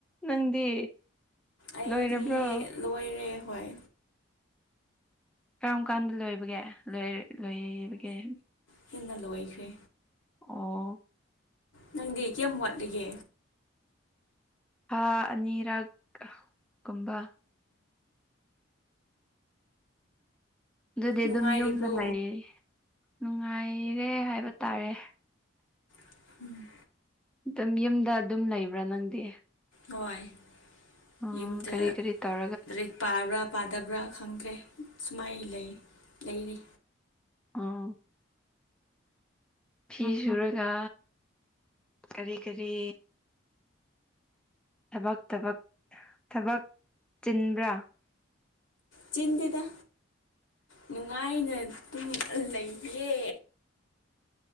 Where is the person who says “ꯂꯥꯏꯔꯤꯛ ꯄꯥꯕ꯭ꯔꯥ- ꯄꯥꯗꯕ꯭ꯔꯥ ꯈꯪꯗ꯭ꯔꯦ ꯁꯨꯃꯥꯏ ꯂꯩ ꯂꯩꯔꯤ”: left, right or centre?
Left